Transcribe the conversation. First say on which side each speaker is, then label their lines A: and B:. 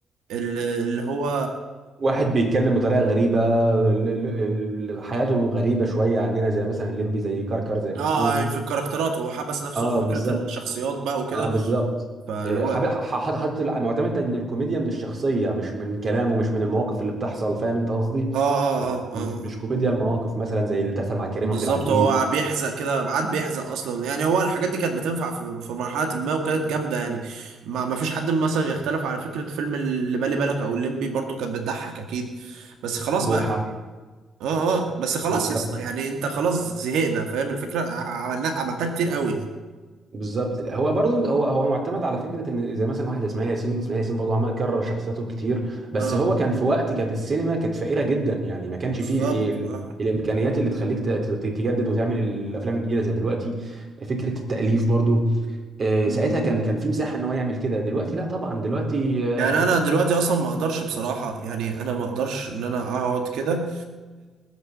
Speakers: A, on the right (about 85°); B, on the right (about 45°).
A: ال- اللي هو
B: واحد بيتكلم بطريقه غريبه ال- ال- ال- حياته غريبه شويه عننا زي مثلا الليمبي زي كركر زي كتكوت
A: اه يعني في الكاركترات وحبس نفسه
B: اه
A: في فكره
B: بالظبط
A: الشخصيات بقى وكده
B: اه بالظبط
A: فاللي
B: آه،
A: هو
B: حابب
A: اه
B: ح- ح- حاطط الع- معتمد ان الكوميديا من الشخصيه مش من كلامه مش من المواقف اللي بتحصل فاهم انت قصدي
A: اه اه
B: مش
A: اه,
B: مش
A: آه.
B: كوميديا المواقف مثلا زي اللي بتحصل مع كريم
A: بالظبط
B: عبد العزيز
A: هو بيحزق كده عاد بيحزق اصلا يعني هو الحاجات دي كانت بتنفع في في مرحله ما وكانت جامده يعني ما ما فيش حد مثلا يختلف على فكره فيلم اللي بالي بالك او الليمبي برضو كانت بتضحك اكيد بس خلاص
B: بوحه
A: بقى يعني. اه اه بس خلاص
B: بالظبط
A: يا اسطى يعني انت خلاص زهقنا فاهم الفكره عملنا عملتها كتير قوي يعني
B: بالظبط هو برضو هو هو معتمد على فكره ان زي مثلا واحد زي اسماعيل ياسين اسماعيل ياسين برضو عمل كرر شخصياته كتير بس
A: اه
B: هو كان في وقت كانت السينما كانت فقيره جدا يعني ما كانش
A: بالظبط
B: فيه ال...
A: اه
B: ال- الامكانيات اللي تخليك ت- ت- تجدد وتعمل الافلام الجديده زي دلوقتي فكره التاليف برضو آه،
A: م-
B: ساعتها
A: م.
B: كان كان في مساحه ان هو يعمل كده دلوقتي لا طبعا دلوقتي آه،
A: يعني انا دلوقتي اصلا ما اقدرش بصراحه يعني انا ما اقدرش ان انا اقعد كده